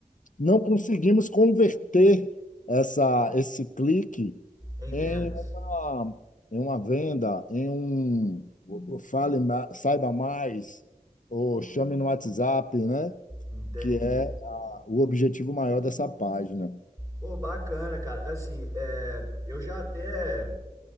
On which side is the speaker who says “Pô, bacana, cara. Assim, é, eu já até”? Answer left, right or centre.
Right